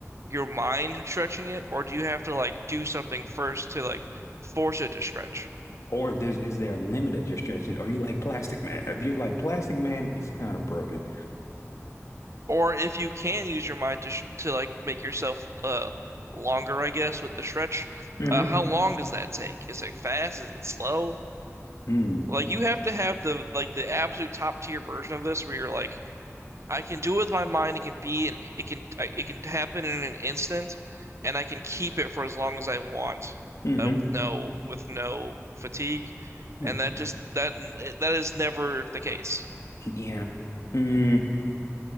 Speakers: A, on the right; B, on the left.
A: your mind stretching it, or do you have to like do something first to like force it to stretch?
B: Or if there's is there a limit of your stretching? Are you like Plastic Man? If you're like Plastic Man, it's kind of broken.
A: Or if you can use your mind to sh to like make yourself uh longer, I guess, with the stretch,
B: hmm
A: uh, how long does that take? Is it fast? Is it slow?
B: Mm.
A: Like you have to have the like the absolute top tier version of this where you're like, I can do it with my mind. It can be, an- it can, I- it can happen in an instant, and I can keep it for as long as I want,
B: Mm-hmm.
A: uh, with no with no fatigue,
B: Mm.
A: and that just that that is never the case.
B: Yeah. Mm.